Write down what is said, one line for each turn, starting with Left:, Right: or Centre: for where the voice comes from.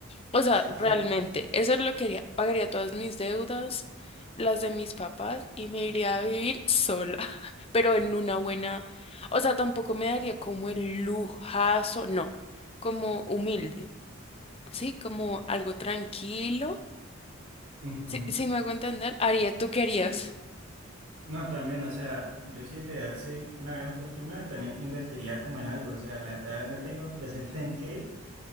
Left: O sea,
Right: <laughs>
Left: realmente, eso es lo que haría. Pagaría todas mis deudas, las de mis papás y me iría a vivir sola, <laughs> pero en una buena... O sea, tampoco me daría como el lujazo, no, como humilde, ¿sí? Como algo tranquilo.
Right: Ujú.
Left: sí sí me hago entender, haría, ¿tú querías?
Right: Sí, No, también, o sea, yo si heredase una gran fortuna, también invertiría como en algo, o sea, la verdad no tengo <laughs> presente en qué,